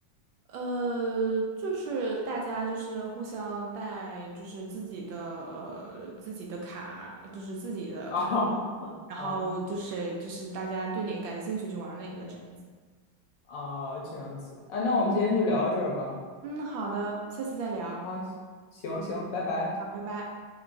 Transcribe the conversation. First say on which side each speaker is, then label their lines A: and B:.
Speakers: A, on the right; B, on the left.
A: 呃，就是大家就是互相带，就是自己的呃自己的卡，就是自己的卡，
B: <laughs> 啊，
A: 然后就是就是大家对哪个感兴趣就玩哪个这样子。
B: 哦哦，这样子啊，那我们今天就聊到这儿吧。
A: 嗯，好的，下次再聊。
B: 好，行行，拜拜。
A: 好，拜拜。